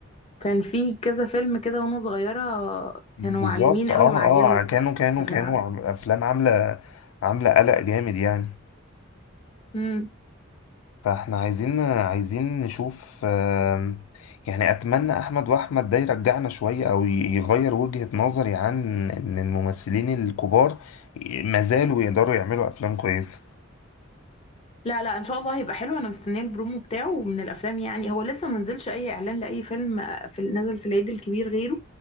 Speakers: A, on the left; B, on the left.
A: كان في كذا فيلم كده وانا صغيرة
B: بالظبط
A: كانوا معلمين قوي
B: اه
A: مع جيلنا
B: اه كانوا كانوا
A: فعلا
B: كانوا عم- افلام عامله عامله قلق جامد يعني
A: امم
B: فاحنا عايزين عايزين نشوف آم، يعني اتمنى احمد واحمد ده يرجعنا شويه او ي- يغير وجهة نظري عن ان الممثلين الكبار ما زالوا يقدروا يعملوا افلام كويسه
A: لا لا ان شاء الله هيبقى حلو انا مستنية البرومو بتاعه ومن الافلام يعني هو لسه منزلش اي اعلان لاي فيلم في نزل في العيد الكبير غيره